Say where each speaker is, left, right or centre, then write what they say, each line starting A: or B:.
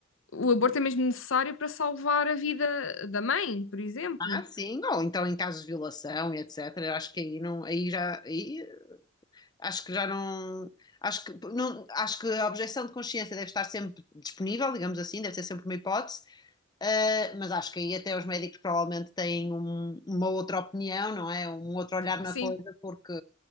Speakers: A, on the left; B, on the left.
A: o aborto é mesmo necessário para salvar a vida da mãe, por exemplo.
B: Ah, sim, ou então em casos de violação e etc. Eu acho que aí não, aí já, aí acho que já não, acho que não, acho que a objeção de consciência deve estar sempre disponível, digamos assim, deve ser sempre uma hipótese, ah, mas acho que aí até os médicos provavelmente têm um- uma outra opinião, não é? Um outro olhar na
A: Sim,
B: coisa, porque